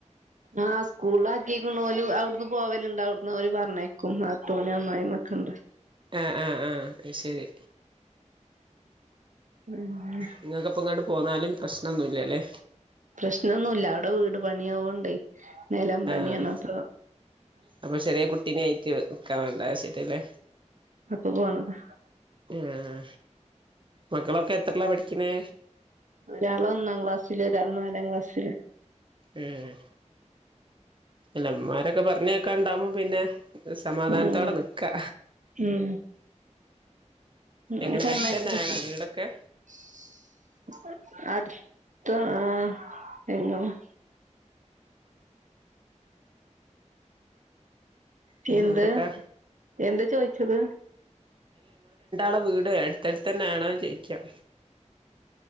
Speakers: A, on the right; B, on the right.
A: ആഹ് സ്കൂളിൽ ആാക്കിക്കുന്ന ഒല് അവിടന്ന് പോവലുണ്ട്. അവിടന്ന് അവര് പറഞ്ഞേക്കും. ആ നാത്തൂനും അമ്മയിമി അമ്മായിമ്മ ഓകണ്ട്.
B: ആഹ ആഹ് ആഹ ശരി
A: ഉം
B: നിങ്ങൾക്ക്പ്പോ ഇങ്ങോട്ട് പോന്നാലും പ്രശ്നമൊന്നുമല്ലല്ലേ.
A: പ്രശ്നംഒന്നുമല്ല അവിടെ വീട് പണിയ ആാവണ്ടേ നിലം പണിയണപ്പ
B: ആഹ് അപ്പൊ ചെറിയ കുട്ടിനെ ആയിട്ട് നിക്കാൻ വൈക്കൂല അത് ശരി ലോ
A: അപ്പൊ പോന്നതാ
B: ഉം മക്കളൊക്കെ പഠിക്ക്ണേ
A: ഒരാള് ഒന്നാം ക്ലാസ്സില് ഒരാൾ നാലാം ക്ലാസ്സില്.
B: ഉം അല്ലമാരൊക്കെ പറഞ്ഞയക്കാണ്ടാവുമ്പോ പിന്നെ സമാധാനത്തോടെ
A: ഉം
B: നിക്കാ.
A: ഉം
B: എങ്ങനെ
A: ഓല് പറഞ്ഞയക്കക്കെ
B: അടുത്തന്നാണോ
A: ചെയ്യും.
B: വീടൊക്കെ
A: <unintelligible> തു ആഹ് ആ എ
B: പിന്നെന്തൊക്കെ
A: എന്ത് എന്ത് ചോയിച്ചത്.
B: ളെ വീട് അടുത്തടുത്ത് തന്നെ ആണോ ജയിക്കാം?